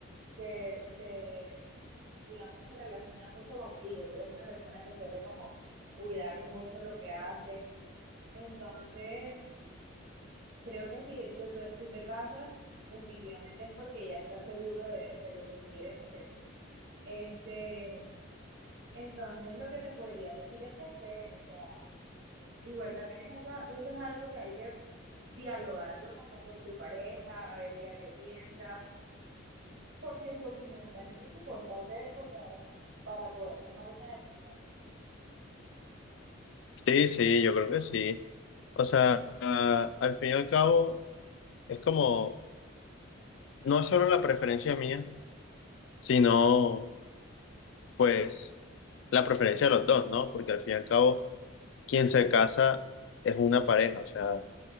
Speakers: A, on the right (about 65°); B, on the left (about 65°).
A: que se, digamos, se relaciona mucho contigo. Tú eres una persona que suele como cuidar mucho lo que hace. Entonces, creo que si te- tú tú te casas, definitivamente es porque ya estás seguro de de lo que quieres hacer. Este, entonces lo que te podría decir es que esperes, o sea, igual también es eso, eso es algo que hay que dialogarlo como con tu pareja, a ver ella qué piensa, porque su opinión también es importante como para poder tomar una decisión.
B: Sí, sí, yo creo que sí. O sea, ah, al fin y al cabo, es como, no es solo la preferencia mía, sino, pues, la preferencia de los dos, ¿no? Porque al fin y al cabo, quien se casa es una pareja, o sea,